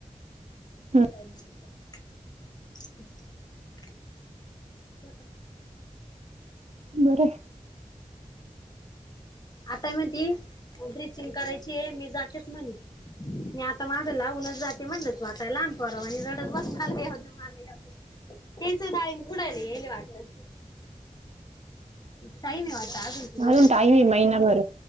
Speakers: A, on the right (about 55°); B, on the left (about 30°).
A: हम्म
B: <inaudible> ह <inaudible> <unintelligible> <unintelligible>
A: बरं आहे.
B: आताय म्हणती ब्लिचिंग करायची आहे मी जातेच म्हणे. मी आता मागे लावूनच जाते म्हणलंच म आता लहान पररावा आणि रडत बसलव मा तेस नाडी कूडली. वा काही टाईम आहे वाटत अजून? ती म्हणे
A: अजून टाईम ते महिनाभर.